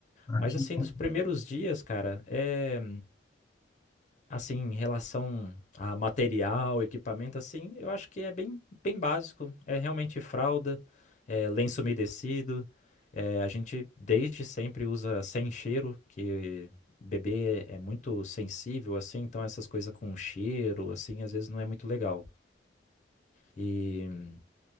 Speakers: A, on the left; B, on the left.
A: ah,
B: Mas,
A: que
B: assim,
A: bom.
B: nos primeiros dias, cara, é Assim, em relação a material, equipamento, assim, eu acho que é bem, bem básico. É realmente fralda, é lenço umedecido. é, a gente desde sempre usa sem cheiro, que bebê é muito sensível, assim, então essas coisas com cheiro, assim, às vezes não é muito legal. E